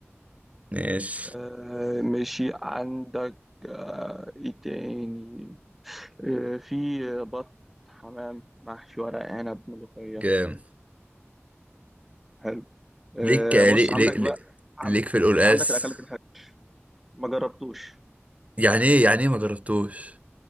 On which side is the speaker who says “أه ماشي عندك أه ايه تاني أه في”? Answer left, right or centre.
Centre